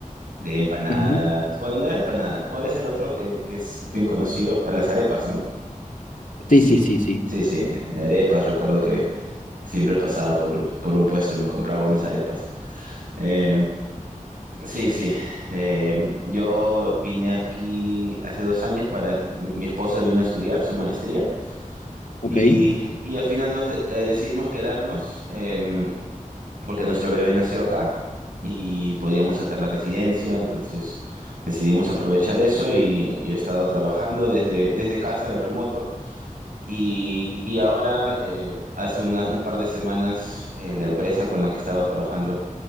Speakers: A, on the right; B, on the left.
A: de empanadas.
B: Ujú.
A: Bueno, no era empanadas. ¿Cuál es el otro eh, que es bien conocido? Ah, Las arepas, ¿no? Sí,
B: Sí, sí, sí, sí,
A: sí, sí. Arepas, recuerdo que siempre pasaba por, por un puesto y me compraba unas arepas. Eh, sí, sí. Eh, yo vine aquí hace dos años para... Mi esposa vino a estudiar su maestría
B: ok.
A: y, y al final nos eh, decidimos quedarnos. eh, porque nuestro bebé nació acá y podíamos sacar la residencia, entonces decidimos aprovechar eso y yo he estado trabajando desde, desde casa en remoto y, y ahora eh, hace una- un par de semanas eh, la empresa con la que estaba trabajando